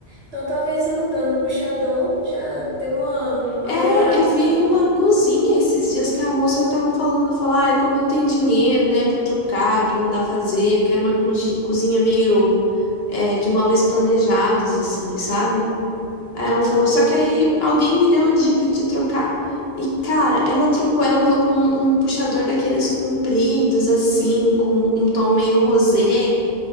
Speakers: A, on the right; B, on the left.
A: Então talvez eu mudando o puxador já dê uma, uma
B: É,
A: melhorada,
B: eu vi
A: né?
B: uma cozinha esses dias que a moça tava falando, falar, ai, como eu não tenho dinheiro, né, pra trocar, pra mandar fazer, porque era uma cozi- cozinha meio é, de móveis planejados, assim, sabe? Aí
A: Uhum.
B: ela falou, só que aí alguém me deu a dica de trocar. E, cara, ela trocou, ela colocou um, um puxador daqueles compridos, assim, com um tom meio rosé,